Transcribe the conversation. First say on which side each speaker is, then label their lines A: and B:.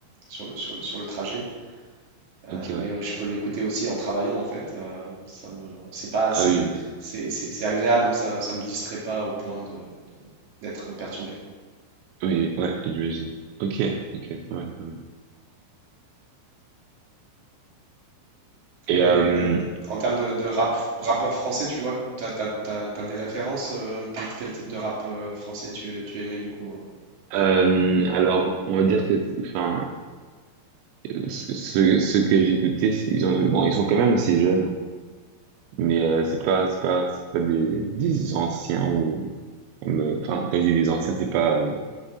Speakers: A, on the right (about 40°); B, on the right (about 90°).
A: sur le, sur le, sur le trajet. Euh,
B: Ok,
A: mais
B: ouais.
A: euh, je peux l'écouter aussi en travaillant, en fait. Euh, ça me, c'est pas,
B: Ah
A: c'est,
B: oui, euh,
A: c'est, c'est- c'est agréable, donc ça, ça me distrait pas au point de, d'être perturbé.
B: oui, ouais, j'imagine. Ok, ok, pas mal, pas mal. Et
A: Et les-
B: euh,
A: euh, en termes de, de rap, rappeur français, tu vois, t'as, t'as, t'as- t'as des références, euh, quel, quel type de rap euh, français tu, tu aimais du coup? hein
B: euh, alors, on va dire que, enfin, euh, ce- ceux, ceux que j'ai écoutés, c'est- ils ont, bon, ils sont quand même assez jeunes, hein. mais euh, c'est pas, c'est pas, c'est pas des, des anciens ou, comme, euh, enfin, quand je dis des anciens, c'est pas euh,